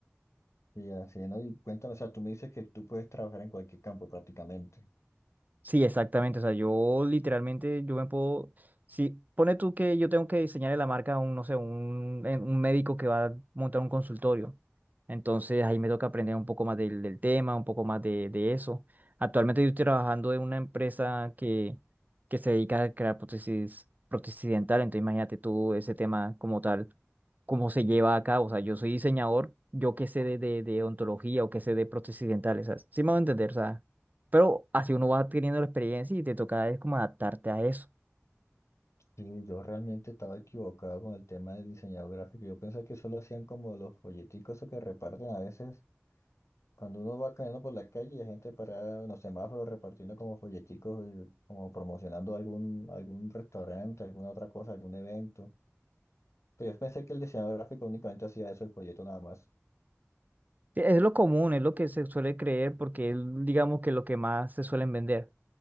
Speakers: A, on the left (about 75°); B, on the right (about 35°).
A: Y así, ¿no? Y cuéntame, o sea, tú me dices que tú puedes trabajar en cualquier campo prácticamente.
B: Sí, exactamente. O sea, yo literalmente, yo me puedo, si pone tú que yo tengo que diseñarle la marca a un, no sé, un, en- un médico que va a montar un consultorio. Entonces ahí me toca aprender un poco más del, del tema, un poco más de, de eso. Actualmente yo estoy trabajando en una empresa que, que se dedica a crear prótesis, prótesis dental. Entonces imagínate tú ese tema como tal, cómo se lleva a cabo. O sea, yo soy diseñador, yo qué sé de, de, de odontología o qué sé de prótesis dentales. O sí me voy a entender, o sea. Pero así uno va adquiriendo la experiencia y te toca es como adaptarte a eso.
A: Sí, yo realmente estaba equivocado con el tema de diseñador gráfico. Yo pensaba que solo hacían como los folleticos esos que reparten a veces. Cuando uno va caminando por la calle y hay gente parada en los semáforos repartiendo como folleticos, y como promocionando algún, algún restaurante, alguna otra cosa, algún evento. Pero yo pensé que el diseñador gráfico únicamente hacía eso, el folleto nada más.
B: Sí, Es lo común, es lo que se suele creer porque es, digamos, que lo que más se suelen vender.